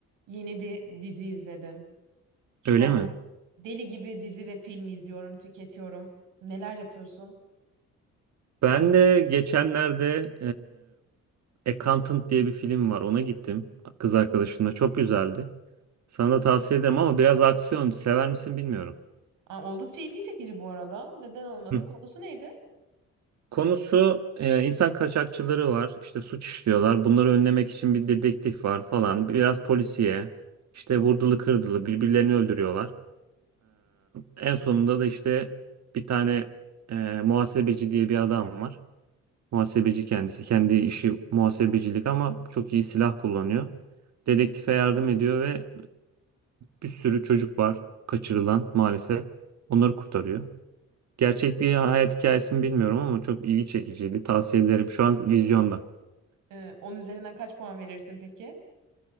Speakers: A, on the right; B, on the right.
A: Yeni bir dizi izledim. Şu
B: Öyle
A: an
B: mi?
A: deli gibi dizi ve film izliyorum, tüketiyorum. Neler yapıyorsun?
B: Ben de geçenlerde e, Accountant diye bir film var. Ona gittim kız arkadaşımla. Çok güzeldi. Sana da tavsiye ederim ama biraz aksiyon. Sever misin bilmiyorum.
A: Aa, oldukça ilgi çekici bu arada. Neden olması?
B: Hı.
A: Konusu neydi?
B: Konusu e, insan kaçakçıları var. İşte suç işliyorlar. Bunları önlemek için bir dedektif var falan. Biraz polisiye. İşte vurdulu kırdılı birbirlerini öldürüyorlar. E, en sonunda da işte bir tane e, muhasebeci diye bir adam var. Muhasebeci kendisi. Kendi işi muhasebecilik ama çok iyi silah kullanıyor. Dedektife yardım ediyor ve bir sürü çocuk var kaçırılan maalesef. Onları kurtarıyor. Gerçek bir hayat hikayesi mi bilmiyorum ama çok ilgi çekiciydi. Tavsiye ederim. Şu an vizyonda.
A: Ee, 10 üzerinden kaç puan verirsin peki?